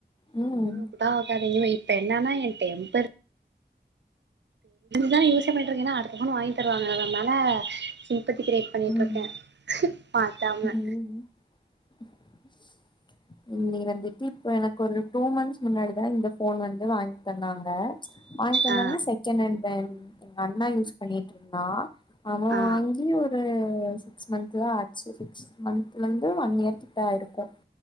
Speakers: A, on the left; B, on the right.
A: ம்
B: ஆ பாத்தீங்னா இப்ப என்னான்னா எ டெம்பர் தானே யூசே பண்ணிட்டு இருக்கங்க ஏன்னா அடுத்த வாங்கி தருவாங்க அதனால பற்றி கிரயேட் பண்ணிட்டு
A: ம்
B: இருக்கே மாத்தாம
A: ம் ம் <inaudible> நீ வந்துட்டு இப்போ எனக்கு ஒரு டூ மந்த்ஸ் முன்னாடிதா இந்த ஃபோன் வந்து வாங்கி தந்தாங்க வாங்கிட்டு வந்தாங்கன்னா
B: ஆ
A: செகண்ட் ஹண்ட் தெ எங்க அண்ணா யூஸ் பண்ணிட்டு இருந்தா அவ
B: ஆ
A: வாங்கி ஒரு ஆ சிக்ஸ் மந்த்துதா ஆச்சு சிக்ஸ் மந்த்ல இருந்து ஒன் இயர் கிட்ட ஆயிருக்கு